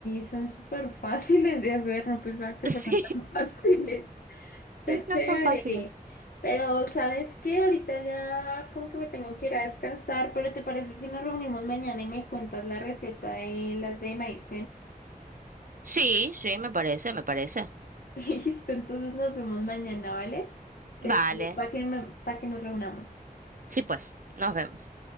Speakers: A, on the left; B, on the right.
A: son súper fáciles de hacer, no pensaba que
B: <laughs>
A: fueran
B: Sí,
A: tan <laughs> fáciles. Está chévere.
B: no son fáciles.
A: Pero, ¿sabes qué? Ahorita ya como que me tengo que ir a descansar, pero ¿te parece si nos reunimos mañana y me cuentas la receta de las de maíz
B: Sí, sí, me parece, me parece.
A: <laughs> Listo, entonces nos vemos mañana, ¿vale? Te
B: Vale.
A: escribo para que, para que nos reunamos.
B: Sí, pues, nos vemos.